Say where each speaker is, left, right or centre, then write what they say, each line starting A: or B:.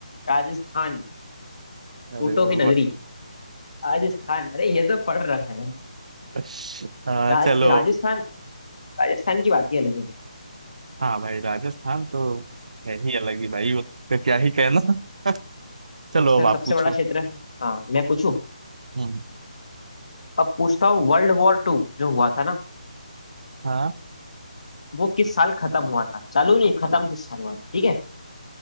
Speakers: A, on the left; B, on the right.
A: राजस्थान
B: अरे
A: ऊँटों
B: वाह।
A: की नगरी राजस्थान अरे ये तो पढ़ रखा है
B: <laughs> आ,
A: राज,
B: चलो
A: राजस्थान राजस्थान की बात ही अलग है
B: हाँ भाई राजस्थान तो है ही अलग ही भाई उसका क्या ही कहना <laughs> चलो
A: सबसे
B: अब आप
A: सबसे
B: पूछो
A: बड़ा क्षेत्र है हाँ मैं पूछूं
B: हम्म
A: अब पूछता हूँ वर्ल्ड वॉर टू जो हुआ था ना
B: हाँ
A: वो किस साल खत्म हुआ था चालू नहीं खत्म किस साल हुआ था ठीक है